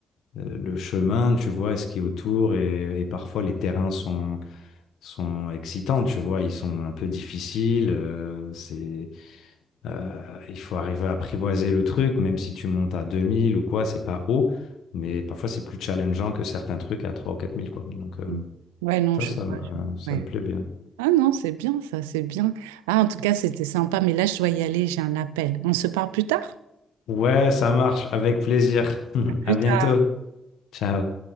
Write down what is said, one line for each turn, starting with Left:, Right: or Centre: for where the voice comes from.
Left: euh, le chemin, tu vois, ce qui est autour et, et parfois les terrains sont, sont excitants, tu vois, ils sont un peu difficiles. euh, c'est, Euh, il faut arriver à apprivoiser le truc, même si tu montes à 2000 ou quoi, c'est pas haut, mais parfois c'est plus challengeant que certains trucs à 3 ou 4000, quoi. Donc, euh,
Right: Mm. Ouais, non,
Left: ça,
Right: je
Left: ça
Right: vois.
Left: me, euh,
Right: je-
Left: ça
Right: Ouais.
Left: me plaît bien.
Right: Ah non, c'est bien, ça, c'est bien. Ah, en tout cas, c'était sympa, mais là, je dois y aller, j'ai un appel. On se parle plus tard?
Left: Ouais, ça marche, avec plaisir. <laughs>
Right: À plus
Left: À bientôt.
Right: tard.
Left: Ciao.